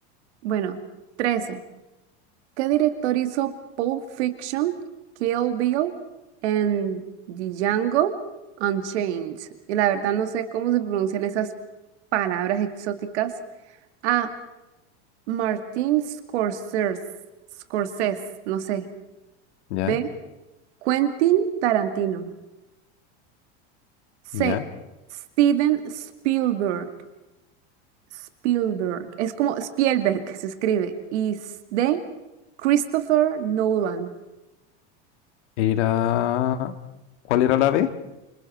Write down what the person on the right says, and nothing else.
Bueno, 13. ¿Qué director hizo Pulp Fiction, Kill Bill en Django Unchained? Y la verdad no sé cómo se pronuncian esas palabras exóticas. A. Martin Scorsese, Scorsese, no sé.
B. Quentin Tarantino. C.
Steven Spielberg. Spielberg. Es como Spielberg se escribe. Y s- D. Christopher Nolan.